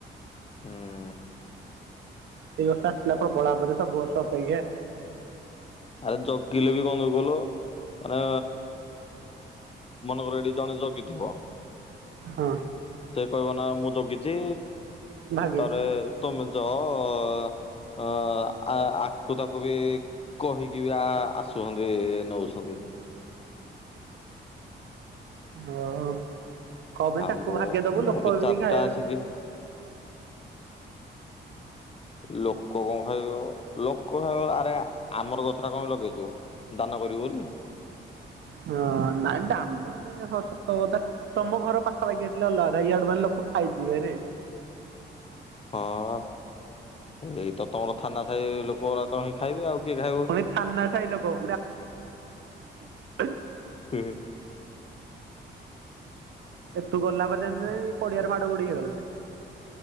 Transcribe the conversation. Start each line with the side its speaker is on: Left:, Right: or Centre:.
Left: ହୁଁ।
Right: ଏଇ ବର୍ଷ ଆସିଥିଲା ପ୍ରବଳ ଆମ୍ବ ଯେ ସବୁ ବର୍ଷ ଅପେକ୍ଷା।
Left: ଆରେ ଜଗିଲେ ବି କଣ <unintelligible> ମାନେ ମନେକର ଏଠି ଜଣେ ଜଗିଥିବ।
Right: ହଁ।
Left: ସେ କହିବ ନା ମୁଁ ଜଗିଛି
Right: ଭାଗେ
Left: ତାରେ ତମେ ଯାଅ। ଅ ଆକୁ ତାକୁ ବି କହିକି ବି ଆ ଆସୁସନ୍ତି ନଉସନ୍ତି।
Right: ଓ <unintelligible>
Left: ଆଉ
Right: ତାକୁ
Left: ମୁଁ
Right: ଭାଗେ ଦବୁ
Left: ମୁଁ
Right: ଲୋକ
Left: ବି
Right: ଏମିତି
Left: ଚାରିଟା
Right: ଖାଇବେ।
Left: ଆସିକି <inaudible> ଲୋକ କଣ ଖାଇବ ଲୋକ ଖାଇବ ଆରେ ଆମର ଗଛଟା କଣ ପାଇଁ ଲଗେଇଚୁ ଦାନ କରିବୁ ବୋଲି?
Right: ହଁ ନାଇଁ ଦାନ ନାଇଁ ହଁ ସତକଥା ତମ ଘର ପାଖାପାଖି ହେଇଥିଲେ ଅଲଗା କଥା, ଇଆଡୁ ମାନେ ଲୋକ ଖାଇଯିବେ ରେ।
Left: ହଁବା ଏଇ ତ ତମର ଥାନାସାଇ ଲୋକଗୋରା ତ ହିଁ ଖାଇବେ ଆଉ କିଏ ଖାଇବ।
Right: ଫୁଣି
Left: କି?
Right: ଥାନସାଇ ଲୋକ <unintelligible>
Left: କିଏ
Right: ଏ ତୁ ଗଲା ପରେ ଜାଣିଚୁ ନା ନାଇଁ, ଏ ପଡିଆରେ ମାଡଗୋଡି ହେଇଗଲେ।